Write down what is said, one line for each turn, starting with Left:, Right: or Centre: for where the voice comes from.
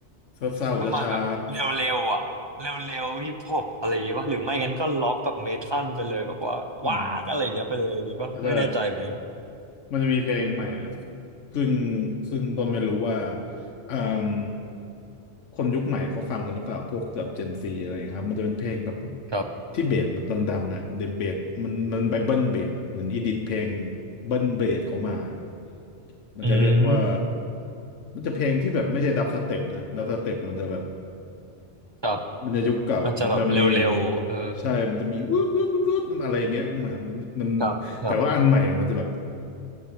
Left: เศร้าๆจะช้า
Right: ประมาณแบบเร็วๆอ่ะเร็วๆฮิปฮอปอะไรอย่างเงี้ยป่ะหรือไม่งั้นก็ล็อกแบบเมทัลไปเลยแบบว่าว้ากอะไรอย่างเงี้ยไปเลยอย่างงี้ป่ะไม่แน่ใจเหมือนกัน
Left: ๆอืมอาจจะแบบ มันจะมีเพลงใหม่อ่ะซึ่งซึ่งต้นไม่รู้ว่าเอ่มคนยุคใหม่เขาฟังกันหรือเปล่าพวกแบบเจนซีอะไรครับมันจะเป็นเพลงแบบ
Right: ครับ
Left: ที่เบสแบบดังๆอ่ะเดเบสมันมันไปเบิ้ลเบสอ่ะเหมือนอีดิทเพลงเบิ้ลเบสเขามาครับมันจะเรียกว่า
Right: อืม
Left: มันจะเพลงที่แบบไม่ใช่ดับสเต็ปนะดับสเต็ปมันจะแบบ
Right: ครับ
Left: มันจะยุคเก่าอ่ะมันจะมี
Right: มันจะแบบเร็วๆเออ
Left: ใช่มันจะมีวืบวืบวืบวืบมันอะไรอย่างเงี้ยขึ้นมามันมัน
Right: ครับครับ
Left: แต่ว่าอันใหม่อะมันจะแบบ